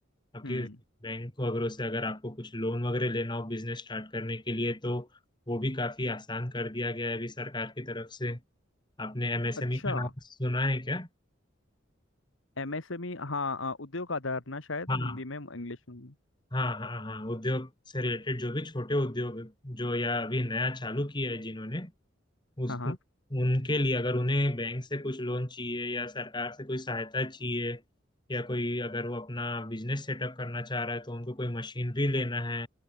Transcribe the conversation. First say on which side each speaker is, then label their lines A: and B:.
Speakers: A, on the left; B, on the left.
A: आपके
B: हम्म
A: बैंक वगैरह से अगर आपको कुछ लोन वगैरह लेना हो बिजनेस स्टार्ट करने के लिए तो वो भी काफी आसान कर दिया गया है अभी सरकार की तरफ से आपने एमएसएमई
B: अच्छा
A: का नाम सुना है क्या
B: एमएसएमई हाँ हाँ, उद्योग आधार ना शायद
A: हाँ
B: हिंदी में इंग्लिश में
A: हाँ हाँ हाँ उद्योग से रिलेटेड जो भी छोटे उद्योग जो या अभी नया चालू किया है जिन्होंने उस
B: हाँ हाँ
A: उनके लिए अगर उन्हें बैंक से कुछ लोन चाहिए या सरकार से कोई सहायता चाहिए या कोई अगर वो अपना बिजनेस सेटअप करना चाह रहा है तो उनको कोई मशीनरी लेना है